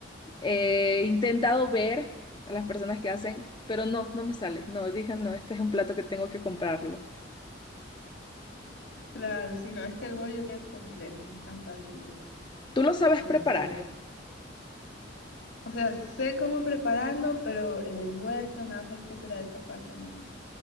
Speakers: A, on the left; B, on the left.
A: He intentado ver a las personas que hacen, pero no, no me sale. No, dije, no, este es un plato que tengo que comprarlo.
B: Claro, si no, es que el bollo es complejo, no es tan fácil de,
A: ¿Tú lo sabes
B: de
A: preparar?
B: hacer. O sea, sé cómo prepararlo, pero el envuelto, nada, etcétera, esa parte no,